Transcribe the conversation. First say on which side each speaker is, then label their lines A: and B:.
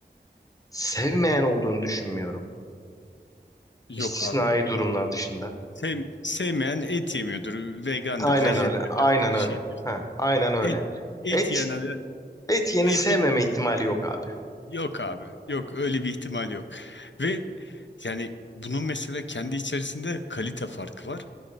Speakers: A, on the left (about 20°); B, on the left (about 85°).
A: Sevmeyen olduğunu düşünmüyorum.
B: Yok
A: İstisnai
B: abi.
A: durumlar dışında.
B: Sev, sevmeyen et yemiyordur. Vegandır,
A: Aynen
B: vejetaryandır
A: öyle. Aynen
B: bir
A: öyle.
B: şeydir.
A: Ha, aynen öyle.
B: Et, et
A: Et
B: yiyen adam-
A: Et yeni
B: et
A: sevmeme
B: y-
A: ihtimali yok abi.
B: yok abi. Yok öyle bir ihtimal yok. Ve yani bunun mesela kendi içerisinde kalite farkı var.